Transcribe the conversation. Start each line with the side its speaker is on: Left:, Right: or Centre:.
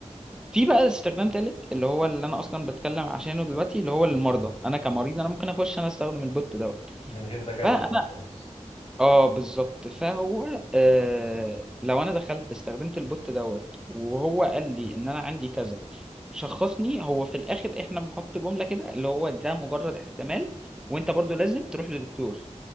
Centre: في بقى استخدام تالت اللي هو اللي انا اصلا بتكلم عشانه دلوقتي اللي هو للمرضى انا كمريض انا ممكن اخش انا استخدم البوت دوت
Left: من غير دكاترة
Centre: فانا
Left: بقى خالص
Centre: اه بالظبط فهو آه لو انا دخلت استخدمت البوت دوت وهو قال لي ان انا عندي كذا شخصني هو في الاخر احنا بنحط جملة كده اللي هو ده مجرد احتمال وانت برضو لازم تروح لدكتور